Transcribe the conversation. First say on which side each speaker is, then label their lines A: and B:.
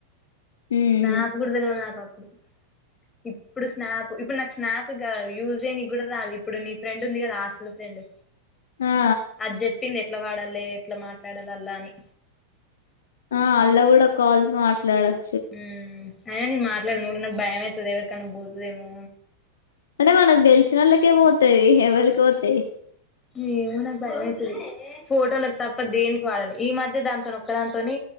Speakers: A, on the left; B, on the left.
A: ఉమ్
B: స్నాపు కూడా తెల్వదు అప్పుడు నాకు ఇప్పుడు స్నాప్ ఇప్పుడు నాకు స్నాప్ గా యూస్ చేయనికి కూడా రాదు ఇప్పుడు నీ ఫ్రెండ్ ఉంది కదా హాస్టల్ ఫ్రెండ్
A: ఆ
B: అది చెప్పింది ఎట్లా వాడాలి ఎట్లా మాట్లాడాల అల్లా అని
A: ఆ అల్లా కూడా కాల్స్ మాట్లాడోచ్
B: ఉ అయినా నేను మాట్లాడిన కూడా నా భయం అవుతుంది ఎవరికన్నా పోతుదేమో
A: అంటే మనకు తెలిసిన వాళ్ళకే పోతాయి ఎవల్కి పోతాయి
B: ఏమో నాకు భయ అయితది ఫోటోలకు తప్ప దేనికి వాడాలి ఈ మధ్య దాంతో ఒక్క దానింతోనే